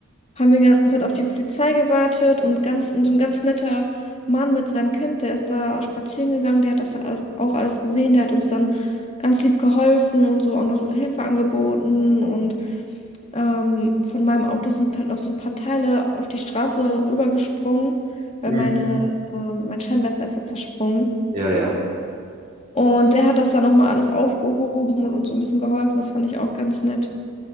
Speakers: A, on the left; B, on the right.
A: haben wir die ganze Zeit auf die Polizei gewartet und ganz, und so ein ganz netter Mann mit seinem Kind, der ist da spazieren gegangen, der hat das halt alles, auch alles gesehen, der hat uns dann ganz lieb geholfen und so auch noch Hilfe angeboten und ähm, von meinem Auto sind halt noch so ein paar Teile auf die Straße rübergesprungen, weil
B: Hm.
A: meine, ähm, mein Scheinwerfer ist ja zersprungen.
B: Ja, ja,
A: Und der hat das dann nochmal alles aufgehoben und uns so ein bisschen geholfen. Das fand ich auch ganz nett.